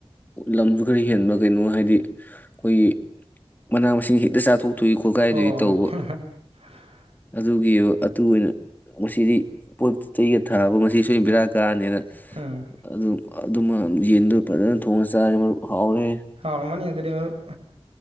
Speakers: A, on the left; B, on the right.
A: ꯂꯝꯁꯨ ꯈꯔ ꯍꯦꯟꯕ ꯀꯩꯅꯣ ꯍꯥꯏꯗꯤ ꯑꯩꯈꯣꯏꯒꯤ ꯃꯅꯥ ꯃꯁꯤꯡ ꯍꯦꯛꯇ ꯆꯥꯊꯣꯛ ꯇꯨꯏ ꯈꯣꯠꯀꯥꯏꯗꯨꯏ
B: ꯑꯣ
A: ꯇꯧꯕ꯫
B: <inaudible>
A: ꯑꯗꯨꯒꯤ ꯑꯗꯨ ꯑꯣꯏꯅ ꯃꯁꯤꯗꯤ ꯄꯣꯠ ꯆꯩꯒ ꯊꯥꯕ ꯃꯁꯤ ꯁꯣꯏ ꯕꯦꯔꯥ ꯀꯥꯔ ꯅꯦꯅ
B: ꯎꯝ
A: ꯑꯗꯨꯝ ꯑꯗꯨꯃ ꯌꯦꯟꯗꯣ ꯐꯖꯅ ꯊꯣꯡꯉ ꯆꯥꯔꯦ ꯃꯔꯨꯞ ꯍꯥꯎꯔꯦꯍꯦ꯫
B: ꯍꯥꯎꯔꯝꯃꯅꯤ ꯑꯗꯨꯗꯤ ꯃꯔꯨꯞ